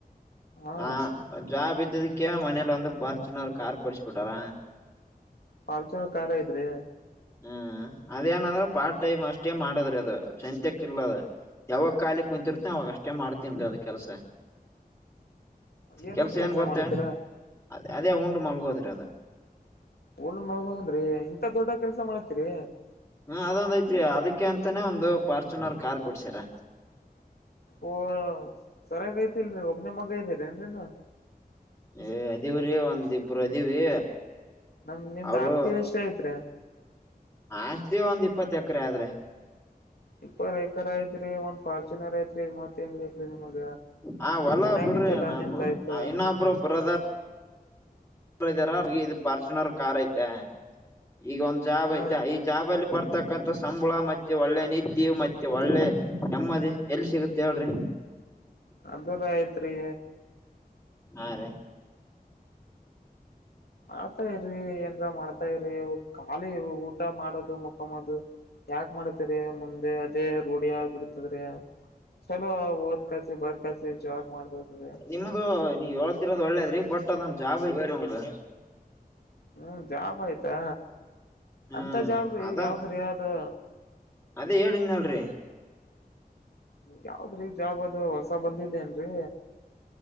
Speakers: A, on the left (about 85°); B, on the left (about 15°).
A: ಹಾ
B: ಹಾಂ ಜಾಬ್ ಇದ್ದಿದಿಕ್ಕೆ ಮನೇಲ್ ಒಂದು ಪಾರ್ಚುನರ್ ಕಾರ್ ಕೊಡ್ಸಬಿಟಾರ.
A: ಪಾರ್ಚುನರ್ ಕಾರ್ ಐತ್ರಿ.
B: ಹ್ಮ್ ಅದೇನಂದ್ರೆ ಪಾರ್ಟ್ ಟೈಮ್ ಅಷ್ಟೇ ಮಾಡದ್ರೆ ಅದ್ ಚೆಂತಕ್ ಇಲ್ಲದ ಯಾವಾಗ್ ಕಾಲಿ ಕುಂತಿರ್ತಿತ್ನಿ
A: ಹ್ಮ್
B: ಅವಾಗ ಅಷ್ಟೇ ಮಾಡ್ತೀನ್ ರಿ ಅದ ಕೆಲ್ಸ.
A: ಏನಂದ
B: ಕೆಲ್ಸ ಏನ್ ಗೊತ್ತೇನ್
A: ಮಾಡ್ತೀರಾ
B: ಅ ಅದೇ ಉಂಡ್ ಮಲ್ಗೋದ್ರಿ ಅದ.
A: ಲ್ ಮಳಗಂದ್ರಿ ಇಂತ ದೊಡ್ಡ ಕೆಲ್ಸ ಮಾಡತ್ತೀರಿ
B: ಹಾ ಅದೊಂದ್ ಐತ್ ಅದಕ್ಕೆ ಅಂತಾನೇ ಒಂದು ಫಾರ್ಚುನರ್ ಕಾರ್ ಕೊಡ್ಸರ
A: ಓ ಸರಯಾಗ ಐತಿಲ್ರರಿ ಒಬ್ಬನೇ ಮಗ ಇದ್ದೀರ ಏನ್ರೀ ನ
B: ಏ ಅದೀವ್ರೀ ಒಂದ ಇಬ್ರು ಅದೀವಿ
A: ನಮ್ ನಿಮ್ದ್
B: ಅವರು
A: ಆಸ್ತಿ ಎಷ್ಟ ಐತ್ರಿ
B: ಆಸ್ತಿ ಒಂದ್ ಇಪ್ಪತ್ತು ಎಕರೆ ಆದ್ರೆ
A: ಇಪ್ಪರ್ ಏಕರ್ ಐತ್ರಿ ಒಂದ್ ಫಾರ್ಚುನರ್ ಐತ್ರಿ ಮತ್ತ ಏನ್ ಬೇಕ್ರೀ ನಿಮಗ
B: ಹ ಹೊಲ
A: ಚೆನ್ನಾಗೈತಿಲ್ಲಾ
B: ಬಿಡ್ರಿ ನಾಮ
A: ನಿಮ್ ಲೈಫ್
B: ಇನ್ನೊಬರು ಬ್ರದರ್ ಇದಾರ ಇ ಫಾರ್ಚುನರ್ ಕಾರ್ ಐತೆ ಈಗ ಒಂದ್ ಜಾಬ
A: ಹಾ
B: ಐತೆ ಈ ಜಾಬ ಅಲ್ಲಿ ಬರ್ ಇತಕ್ಕಂತಥ ಸಂಬಳ ಮತ್ತೆ ಒಳ್ಳೆ ನಿದ್ದೆ ಮತ್ತೆ ಒಳ್ಳೆ ನೆಮ್ಮದಿ ಎಲ್ಲಿ ಸಿಗುತ್ತೆ ಹೇಳ್ರಿ
A: ಅ ಬಿರ ಆಯ್ತ್ರಿ
B: ಹಾ ರೀ
A: ಮಾಡ್ತಾ ಇ್ರ ಏನ್ರ ಮಾಡ್ತಾ ಇ್ರ ಖಾಲಿ ಊಟ ಮಾಡದು ಮುಕ್ಕಮ್ಮದು ಯಾಕ ಮಾಡತೇರಿ ಮುಂದೆ ಅದೇ ರೂಢಿಯ ಬಿಡ್ತದ್ರಿ ಚಲೋ ಓದ್ ಕಸಿ ಬರ್ ಕಸಿ ಜಾಬ್ ಮಾಡತರಿ
B: ನಿಮಗ ನೀ ಏಳ್ತಿರೋದು ಒಳ್ಳೇದ್ರಿ ಬಟ್ ಅದೊಂದ ಜಾಬ್ ಐತಿ ನ
A: ಹ್ಮ್ ಜಾಬ್ ಆಯ್ತಾ
B: ಹ್ಮ್
A: ಅಂತ ಜಾಬ್
B: ಅದನ್
A: ಯಾವದ್ರೀ ಅವದು
B: ಅದೇ ಹೇಳಿದನಲ್ರಿ
A: ಯಾವ್ದ್ರಿ ಜಾಬ್ ಅದು ಹೊಸ ಬಂದಿದ್ದೇನ್ರರಿ